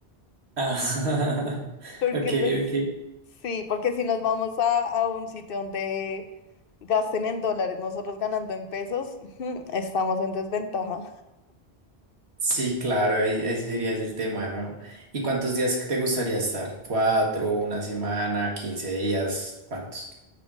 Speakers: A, on the right (about 80°); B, on the left (about 60°).
A: Ah, <laughs>
B: Porque
A: ok,
B: pues
A: ok.
B: sí, porque si nos vamos a, a un sitio donde gasten en dólares, nosotros ganando en pesos, <laughs> ujú, estamos en desventaja.
A: Sí, claro, ahí, ahí sí sería ese el tema, ¿no? ¿Y cuántos días te gustaría estar? ¿Cuatro, una semana, quince días? ¿Cuántos?